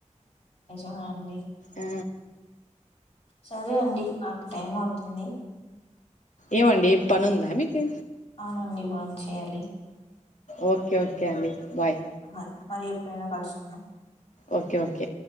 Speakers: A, on the left; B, on the left.
A: ఆ అండి
B: ఆ
A: సరే అండి నాకు టైం అవుతుంది
B: ఏమండి పని ఉందా మీకు
A: అవునండి భోంచేయాలి
B: ఓకే ఓకే అండి బాయ్
A: అ మరి ఎప్పుడైనా కలుసుకుందాం
B: ఓకే ఓకే